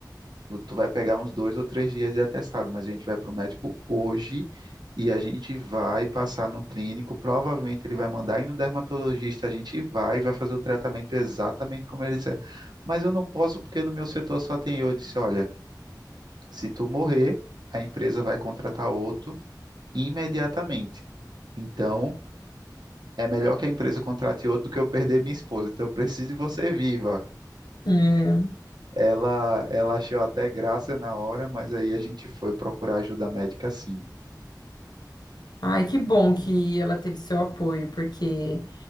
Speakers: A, on the right; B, on the left.
A: Tu vai pegar uns dois ou três dias de atestado, mas a gente vai para o médico hoje e a gente vai passar no clínico. Provavelmente ele vai mandar ir no dermatologista, a gente vai, vai fazer o tratamento exatamente como ele disser. Mas eu não posso porque no meu setor só tem eu. Eu disse, olha, se tu morrer, a empresa vai contratar outro imediatamente. Então, é melhor que a empresa contrate outro do que eu perder minha esposa. Então, eu preciso de você viva.
B: É.
A: Ela, ela achou até graça na hora, mas aí a gente foi procurar ajuda médica sim.
B: Ai, que bom que ela teve seu apoio, porque